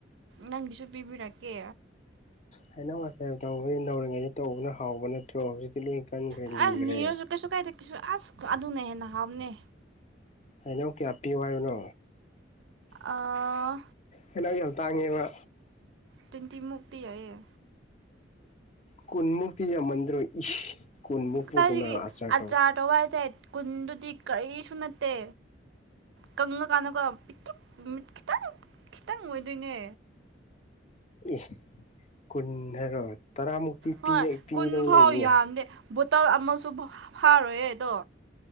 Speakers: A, on the right; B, on the left.
A: ꯅꯪꯒꯤꯁꯨ ꯄꯤꯕꯤꯔꯛꯀꯦ
B: ꯍꯥꯏꯩꯅꯧ ꯑꯁꯦ ꯇꯧꯕ ꯅꯧꯔꯤꯉꯩꯗ ꯇꯧꯕꯅ ꯍꯥꯎꯕ ꯅꯠꯇ꯭ꯔꯣ ꯍꯧꯖꯤꯛꯇꯛ ꯆꯠꯂꯀꯥꯟ ꯔꯦꯂꯤ꯭ꯔ
A: ꯑꯁ ꯂꯤꯔꯁꯨ ꯀꯩꯁꯨ ꯀꯥꯏꯗꯦ ꯀꯩꯁꯨ ꯑꯁ ꯑꯗꯨꯅ ꯍꯦꯟꯅ ꯍꯥꯎꯅꯦ
B: ꯍꯥꯏꯩꯅ ꯑꯣ ꯀꯌꯥ ꯍꯥꯄꯤꯌꯨ ꯍꯥꯏꯔꯤꯅꯣ
A: ꯑꯥ
B: ꯍꯩꯅ ꯌꯥꯝ ꯇꯥꯡꯉꯦꯕ
A: ꯇꯤꯟꯇꯃꯨꯛꯇꯛꯇꯤ ꯍꯥꯏꯌꯦ
B: ꯀꯨꯟꯃꯨꯛꯇꯇꯤ ꯌꯥ ꯃꯟ꯭ꯔ ꯀꯨꯟ ꯃꯨꯄꯨꯈꯅ
A: ꯀꯗꯥꯏꯗꯒꯤ
B: ꯑꯆꯥꯔꯔꯣ
A: ꯑꯆꯥꯔ ꯇꯧꯕ ꯍꯥꯏꯁꯦ ꯀꯨꯟꯗꯨꯗꯤ ꯀꯔꯤꯁꯨ ꯅꯠꯇꯦ ꯀꯪꯉꯀꯥꯟꯗꯀꯣ ꯄꯤ ꯈꯤꯇꯪ ꯈꯤꯇꯪ ꯑꯣꯏꯗꯣꯏꯅꯦ
B: ꯑꯦ ꯀꯨꯟ ꯍꯥꯏꯔꯣ ꯇꯔꯥꯃꯨꯛꯇꯤ
A: ꯍꯣꯏ
B: ꯄꯤꯗꯧ
A: ꯀꯨꯟ ꯐꯥꯎ
B: ꯂꯩꯅꯤ
A: ꯌꯥꯝꯗꯦ
B: ꯍꯥꯏ
A: ꯕꯣꯇꯜ ꯑꯃꯁꯨ ꯐꯥꯔꯣꯏꯌꯦ ꯑꯗꯣ